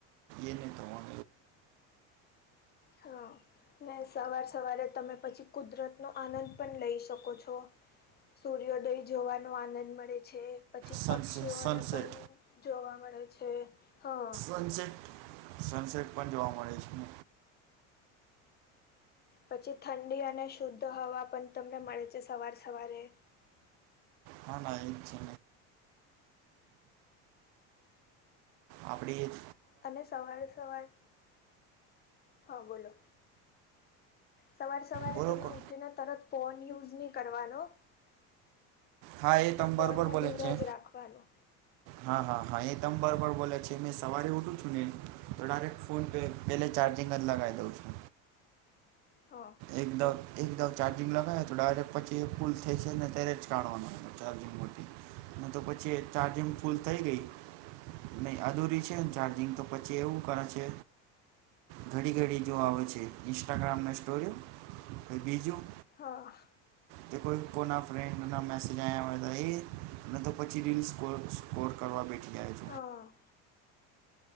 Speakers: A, on the right (about 70°); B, on the left (about 30°).
A: એને તોવા
B: હા ને સવાર સવારે તમે પછી કુદરત નો આનંદ પણ લઈ શકો છો સૂર્યોદય જોવાનો આનંદ મળે છે પછી
A: સનસે
B: પક્ષીઓને
A: સનસેટ
B: પણ જોવા મળે છે હા
A: પંસઠ સનસેટ પણ જોવા મળે છે
B: પછી ઠંડી અને શુદ્ધ હવા પણ તમને મળે છે સવાર સવારે
A: ના ના એમ છે આપણી એક
B: અને સવારે સવારે હા બોલો સવારે સવારે
A: બોલો
B: તમે
A: કો
B: ઉ ઠી ને તરત ફોન યુઝ નહીં કરવાનો
A: હા એ તમ
B: ફોનને
A: બરોબર બોલે
B: દૂર
A: છે
B: જ રાખવાનો
A: હા હા હા એ તમ બરાબર બોલે છે મેં સવારે ઉઠું છું ને તો ડરેક્ટ ફોન પે પેલે ચાર્જિંગ જ લગાવી દઉં છે
B: હા
A: એકદમ એકદમ ચાર્જિંગ લગાવ તો ડાયરેક્ટ પછી એ ફૂલ થઈ છે ને ત્યારે જ કાઢવાનો ચાર્જિંગ માંથી હ તો પછી ચાર્જિંગ ફૂલ થઈ ગઈ નહીં અધૂરી છે ને ચાર્જિંગ તો પછી એવું કરે છે ઘડી ઘડી જો આવે છે ઇન્સ્ટાગ્રામના સ્ટોરી તો બીજું
B: હા
A: કે કોઈ કોના ફ્રેન્ડ મ મેસેજ આવ્યા હોય તો એ તો પછી રીલ્સ કો સ્કોર કરવા બેઠી જાય છે
B: હા